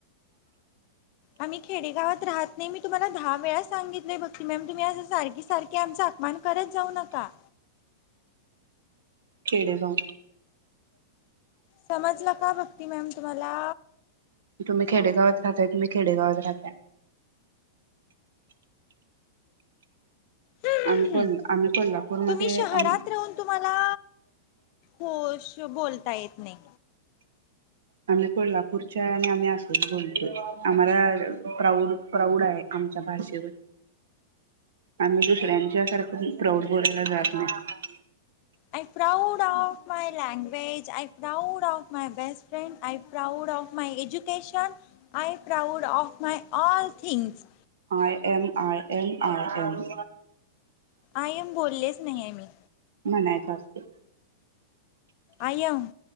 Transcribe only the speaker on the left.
आम्ही खेडेगावात राहत नाही मी तुम्हाला दहा वेळा सांगितलंय भक्ती मॅम तुम्ही असं सारखी सारखी आमचा अपमान करत जाऊ नका.
समजला का भक्ती मॅम तुम् म्हाला
हम्म्
तुम्ही शहरात
राहून तुम्हाला होश बोलता येत नाही.
I proud of my language I proud of my best friend I proud of my education I proud of my all things
I am बोललिस नाही ये मी
I am